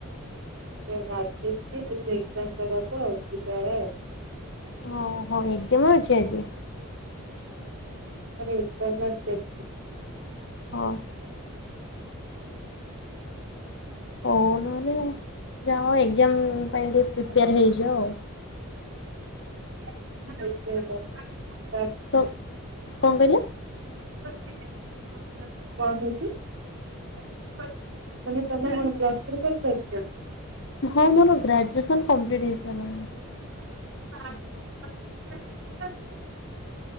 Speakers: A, on the right; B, on the left.
A: ସେ ଗାଧେଇକି ଯିବେ ଏକଜାମ୍ ଦେବାକୁ ଆଉ ଦିଇଟାବେଳେ ଆଉ।
B: ଓ ହୋ ଏଗଜାମ୍ ଅଛି ଆ
A: ଆରେ କଲର ଚାଲଛି।
B: ହଉ ଆଛା। ହଉ ନହଲେ ଯାଅ ଏ ଏଗଜାମ୍ ପାଇଁ ଟିକେ ପ୍ରିପେୟାର
A: ତାପରେ
B: ହେଇଯାଓ ଆଉ।
A: <unintelligible>
B: ତ କଣ କହିଲେ?
A: <unintelligible>
B: ହଁ ମୋର ଗ୍ରାଜୁଏସନ୍ କମ୍ପ୍ଲିଟ୍ ହେଇସାରିଲାନି।
A: <unintelligible>